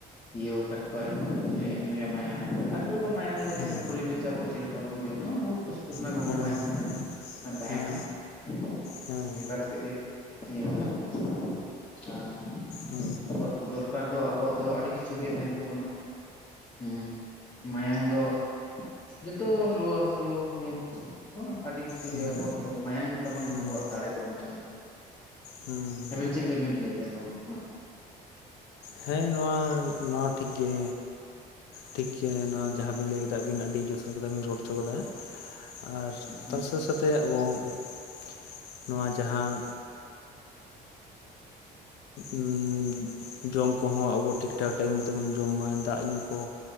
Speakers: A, on the left (about 30°); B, on the left (about 85°).
A: ᱤᱭᱟᱹᱣ ᱟᱠᱟᱫ ᱠᱚᱣᱟᱭ ᱦᱮᱸ ᱱᱩᱭᱟᱜ ᱢᱟᱭᱟᱝ ᱟᱹᱰᱤ ᱨᱚᱠᱚᱢ ᱢᱟᱭᱟᱢ ᱫᱚ ᱧᱮᱞ
B: ᱦᱮᱸ
A: ᱢᱮ ᱯᱚᱨᱤᱵᱮᱥ ᱟᱵᱚ ᱪᱮᱫᱮᱞᱮᱠᱟ ᱛᱟᱵᱚᱱ ᱡᱚᱢᱟ <unintelligible> ᱥᱩᱯᱱᱟ
B: ᱦᱮᱸ
A: ᱜᱚᱜᱚ ᱢᱟᱭᱟᱜ ᱚᱱᱠᱟ ᱛᱟᱦᱮᱱᱟ
B: ᱦᱮᱸ
A: <unintelligible>
B: ᱦᱮᱸ
A: ᱚᱱᱠᱟ ᱠᱟᱛᱮᱮᱫ ᱜᱮ <unintelligible> ᱟᱨ
B: ᱚ
A: ᱟᱵᱚᱣᱟᱜ ᱫᱚᱨᱠᱟᱨ ᱫᱚ ᱟᱵᱚᱣᱟᱜ ᱫᱚ ᱟᱹᱰᱤ ᱠᱤᱪᱷᱩ ᱜᱮ ᱛᱟᱦᱮᱱ ᱛᱟᱵᱚᱱᱟ ᱦᱮᱸ ᱢᱟᱭᱟᱝ ᱫᱚ ᱡᱚᱛᱚ ᱨᱩᱣᱟᱹ ᱦᱟᱹᱥᱩ ᱩᱢᱩᱠ ᱵᱟ ᱟᱹᱰᱤ ᱠᱤᱪᱷᱩ
B: ᱦᱮᱸ
A: ᱜᱮ ᱟᱵᱚᱣᱟᱜ ᱛᱚ ᱢᱟᱭᱟᱝ ᱜᱮᱛᱟᱵᱚᱱ
B: ᱦᱩᱸ
A: ᱟᱵᱚᱣᱟᱜ ᱫᱟᱲᱮ ᱫᱚ ᱢᱤᱫᱴᱟᱝ᱾
B: ᱦᱩᱸ
A: ᱪᱤᱞ ᱵᱤᱱ ᱞᱟᱹᱭᱫᱟ <unintelligible>
B: ᱦᱮᱸ ᱱᱚᱣᱟ ᱱᱚᱣᱟ ᱴᱷᱤᱠ ᱜᱮ ᱴᱷᱤᱠ ᱜᱮ ᱱᱚᱣᱟ ᱡᱟᱦᱟᱸ ᱵᱤᱱ ᱞᱟᱹᱭ ᱠᱮᱫᱟᱵᱤᱱ ᱟᱹᱰᱤ ᱡᱚᱛᱷᱟᱛ ᱠᱟᱛᱷᱟ ᱵᱤᱱ ᱨᱚᱲ ᱦᱚᱪᱚ ᱠᱟᱫᱟ᱾ ᱟᱨ
A: ᱦᱩᱸ
B: ᱛᱟᱨᱥᱮ ᱥᱟᱛᱮ ᱟᱵᱚ <unintelligible> ᱱᱚᱣᱟ ᱡᱟᱦᱟᱸ ᱩᱸᱻ ᱡᱚᱢ ᱠᱚᱦᱚᱸ ᱟᱵᱚ ᱴᱷᱤᱠᱴᱷᱟᱠ ᱴᱟᱭᱤᱢ ᱢᱚᱛᱚ ᱵᱚᱱ ᱡᱚᱢ ᱢᱟ᱾ ᱫᱟᱜ ᱧᱩ ᱠᱚ,